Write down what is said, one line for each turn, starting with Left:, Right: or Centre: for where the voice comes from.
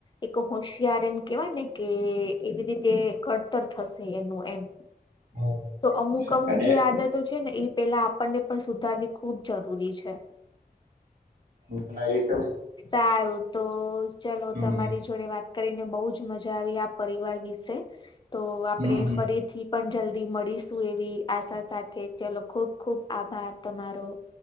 Left: એક હોશિયાર એને કેવાય ને કે એવી રીતે ઘડતર થશે એનું એમ.
Right: હમ
Left: તો અમુક અમુક
Right: અને
Left: જે આદતો છે ને એ. એ આપણને પણ સુધારવી ખુબ જરૂરી છે.
Right: ના ના એક.
Left: સારું તો ચલો
Right: હમ
Left: તમારી જોડે વાત કરીને બહુ જ મજા આવી આ પરિવાર વિશે તો આપડે
Right: હમ
Left: ફરીથી પણ જલ્દી મળીશું એવી આશા સાથે ચલો ખુબ ખુબ આભાર તમારો